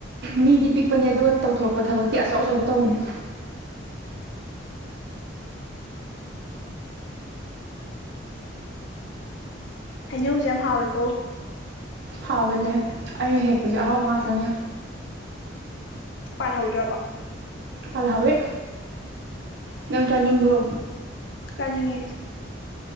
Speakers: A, on the right (about 60°); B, on the left (about 65°).
A: ꯃꯤꯗꯤ ꯄꯤꯛꯄꯅꯦ ꯑꯗꯨꯒ ꯇꯧꯊꯣꯔꯛꯄ ꯊꯕꯛꯇꯤ ꯑꯆꯧ ꯑꯆꯧꯕ ꯇꯧꯕꯅꯦ
B: ꯍꯩꯅꯧꯁꯦ ꯌꯥꯝ ꯍꯥꯎꯋꯦꯀꯣ
A: ꯍꯥꯎꯕꯅꯦ ꯑꯩꯅ ꯍꯦꯛꯄꯁꯦ ꯑꯍꯥꯎꯕ ꯉꯥꯛꯇꯅꯦ
B: ꯄꯥꯍꯧꯗ꯭ꯔꯔꯕꯣ
A: ꯄꯥꯜꯍꯥꯎꯋꯦ ꯅꯪ ꯆꯥꯅꯤꯡꯕ꯭ꯔꯣ
B: ꯆꯥꯅꯤꯡꯉꯦ